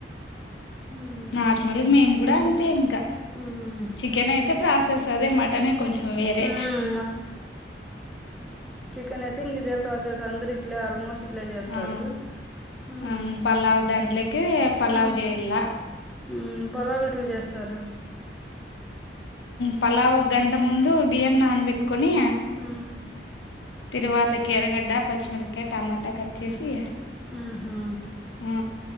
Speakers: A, in the centre; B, on the left.
A: మ్మ్
B: నార్మల్గ్ మేము కూడా అంతే ఇంకా
A: ఉహ్
B: చికెన్ అయితే ప్రాసెస్ అదే మటనే కొంచెం వేరే
A: మ్మ్ చికన్ అయితే ఇంగిదే ప్రాసెస్ అందర్ ఇట్లే ఆల్మోస్ట్ ఇట్లే చేస్తారు
B: ఆ
A: ఉ
B: ఆ పలావ్ దాంట్లోకి పలావ్
A: ఉహ్
B: చేయాల
A: ఉ పోలాలేట్లా చేస్తారు
B: పలావ్ ఒక గంట ముందు బియన్ని నానబెట్టుకొని
A: ఉ
B: తిరువాతకి ఎర్రగడ్డ పచ్చిమిరకాయ టమాటా కట్ చేసి
A: హుహు.
B: ఆ